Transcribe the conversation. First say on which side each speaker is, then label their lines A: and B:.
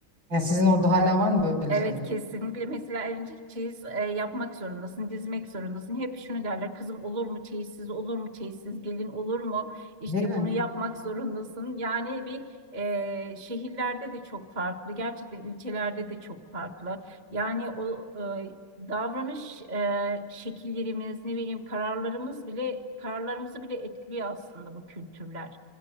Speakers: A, on the right (about 60°); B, on the right (about 25°).
A: Yani sizin orada hala var mı böyle
B: Evet
A: şeyler?
B: kesinlikle mesela örümcek çeyiz e, yapmak zorundasın, dizmek zorundasın. Hep şunu derler kızım olur mu çeyizsiz, olur mu çeyizsiz, gelin olur mu? İşte
A: Değil mi?
B: bunu yapmak zorundasın. Yani bir e, şehirlerde de çok farklı, gerçekten ilçelerde de çok farklı. Yani o e, davranış e, şekillerimiz, ne bileyim kararlarımız bile, kararlarımızı bile etkiliyor aslında bu kültürler.